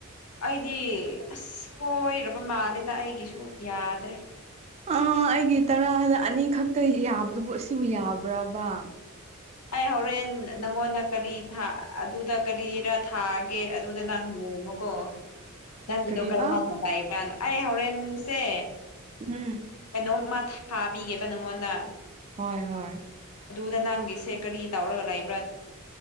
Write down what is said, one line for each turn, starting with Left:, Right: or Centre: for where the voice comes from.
Left: ꯑꯩꯗꯤ ꯑꯁꯣꯏꯔꯕ ꯃꯥꯜꯂꯦꯗ ꯑꯩꯒꯤꯁꯨ ꯌꯥꯗ꯭ꯔꯦ
Right: ꯑꯥ ꯑꯩꯒꯤ ꯇꯔꯥꯗ ꯑꯅꯤ ꯈꯛꯇ ꯌꯥꯕꯗꯨꯕꯨ ꯑꯁꯤꯕꯨ ꯌꯥꯕ꯭ꯔꯥꯕ
Left: ꯑꯩ ꯍꯣꯔꯦꯟ ꯅꯪꯉꯣꯟꯗ ꯀꯔꯤ ꯑꯗꯨꯗ ꯀꯔꯤꯔ ꯊꯥꯒꯦ ꯑꯣ ꯀꯦ ꯑꯗꯨꯗ ꯅꯪ ꯌꯦꯡꯉꯨꯀꯣ ꯅꯪꯒꯤꯗꯣ
Right: ꯀꯔꯤꯕꯥ
Left: ꯀꯔ ꯃꯥꯟꯅ ꯂꯥꯏꯏꯕ꯭ꯔꯥꯅ ꯑꯩ ꯍꯣꯔꯦꯟꯁꯦ
Right: ꯎꯝ
Left: ꯅ ꯃꯥ ꯊꯥꯕꯤꯒꯦꯕ ꯅꯪꯉꯣꯟꯗ
Right: ꯍꯣꯏ ꯍꯣꯏ
Left: ꯑꯗꯨꯗ ꯅꯪꯒꯤꯁꯦ ꯀꯔꯤ ꯇꯧꯔꯒ ꯂꯩ